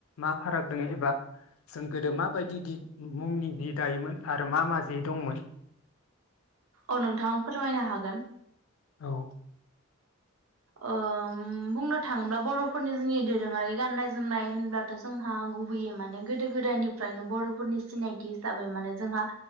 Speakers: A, on the left; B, on the right.
A: मा फाराग दङ एबा जों गोदो माबायदि दि मुंनि जि दायोमोन आरो मा मा जि दंमोन?
B: आं नोंथां फोरमायनो हागोन।
A: औ।
B: ओम बुंनो थाङोब्ला बर'फोरनि जोंनि दोरोङारि गाननाय जोमनाय होनब्लाथ' जोंहा गुबैयै माने गोदो गोदायनिफ्रायनो बर'फोरनि सिनायथि हिसाबै माने जोंहा